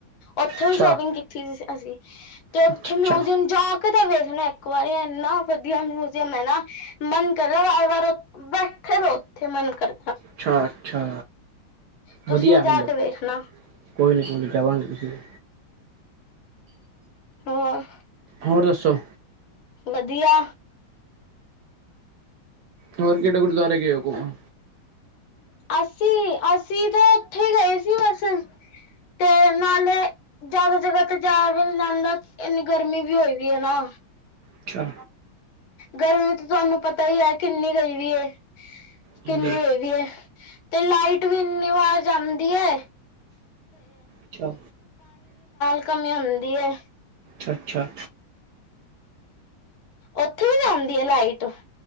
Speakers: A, on the left; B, on the right.
A: ਉੱਥੇ
B: ਅੱਛਾ
A: ਵੀ ਸ਼ੋਪਿੰਗ ਕੀਤੀ ਸੀ ਅਸੀਂ, ਤੇ ਉੱਥੇ
B: ਅੱਛਾ
A: ਮਿਊਜ਼ੀਅਮ ਜਾ ਕਿਤੇ ਵੇਖਣਾ ਇੱਕ ਵਾਰੀ ਇਨਾ ਵਧੀਆ ਮਿਊਜ਼ੀਅਮ ਹੈ ਨਾ ਮਨ ਕਰਦਾ ਵਾਰ-ਵਾਰ ਫੇਰ ਉੱਥੇ ਮਨ ਕਰ
B: ਅੱਛਾ-ਅੱਛਾ
A: ਤੁਸੀਂ
B: ਵਧੀਆ
A: ਵੀ
B: ਮਤਲਬ,
A: ਜਾ ਕੇ ਵੇਖਣਾ
B: ਕੋਈ ਨਾ ਜਾਵਾਂਗੇ ਕਿਸੀ ਦਿਨ।
A: ਹੋਰ
B: ਹੋਰ ਦੱਸੋ?
A: ਵਧੀਆ।
B: ਹੋਰ ਕਿਹੜੇ ਗੁਰਦੁਆਰੇ ਗਏ ਓ ਘੁੰਮਣ?
A: ਅਸੀਂ ਅਸੀਂ ਤਾਂ ਉੱਥੇ ਈ ਗਏ ਸੀ ਬਸ ਤੇ ਨਾਲੇ ਜ਼ਿਆਦਾ ਜਗ੍ਹਾ ਤੇ ਜਾ ਵੀ ਨੀ ਜਾਂਦਾ ਇੰਨੀ ਗਰਮੀ ਵੀ ਹੋਈ ਵੀ ਏ ਨਾ।
B: ਅੱਛਾ।
A: ਗਰਮੀ ਤੇ ਤੁਹਾਨੂੰ ਪਤਾ ਹੀ ਹੈ ਕਿੰਨੀ ਗਈ ਵੀ ਏ,
B: ਜੀ
A: ਕਿੰਨੀ ਹੋਈ ਵੀ ਹੈ। ਤੇ ਲਾਈਟ ਵੀ ਇੰਨੀ ਵਾਰ ਜਾਂਦੀ ਏ।
B: ਅੱਛਾ,
A: ਕਮੀ ਹੁੰਦੀ ਹੈ
B: ਅੱਛਾ-ਅੱਛਾ।
A: ਉੱਥੇ ਵੀ ਜਾਂਦੀ ਆ ਲਾਈਟ?